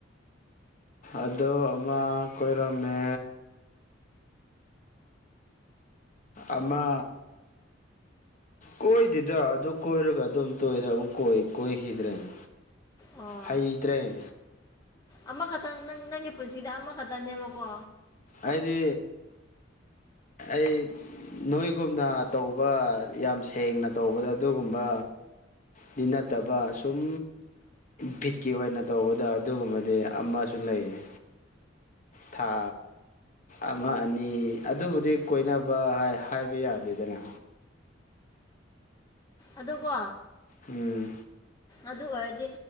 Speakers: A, on the left (about 40°); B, on the left (about 20°).
A: ꯑꯗꯣ ꯑꯃ ꯀꯣꯏꯔꯝꯃꯦ ꯑꯃ ꯀꯣꯏꯗꯦꯗ ꯑꯗꯨ ꯀꯣꯏꯔꯒ ꯑꯗꯨꯝ ꯇꯣꯏꯔ ꯑꯃꯨꯛ ꯀ ꯀꯣꯏꯈꯤꯗ꯭ꯔꯦꯅ
B: ꯑꯣ
A: ꯍꯩꯇ꯭ꯔꯦ
B: ꯑꯃꯈꯛꯇꯪ ꯅꯪ ꯅꯪꯒꯤ ꯄꯨꯟꯁꯤꯗ ꯑꯃꯈꯛꯇꯅꯦꯕꯀꯣ
A: ꯑꯩꯗꯤ ꯑꯩ ꯅꯣꯏꯒꯨꯝꯅ ꯇꯧꯕ ꯌꯥꯝ ꯁꯦꯡꯅ ꯇꯧꯕꯗ ꯑꯗꯨꯒꯨꯝꯕ ꯗꯤ ꯅꯠꯇꯕ ꯑꯁꯨꯝ ꯕꯤꯠꯀꯤ ꯑꯣꯏꯅ ꯇꯧꯕꯗ ꯑꯗꯨꯒꯨꯝꯕꯗꯤ ꯑꯃꯁꯨ ꯂꯩꯌꯦ ꯊꯥ ꯑꯃ ꯑꯅꯤ ꯑꯗꯨꯕꯨꯗꯤ ꯀꯣꯏꯅꯕ ꯍꯥ ꯍꯥꯏꯕ ꯌꯥꯗꯦꯗꯅ
B: ꯑꯗꯨꯒꯣ
A: ꯎꯝ
B: ꯑꯗꯨ ꯑꯣꯏꯔꯗꯤ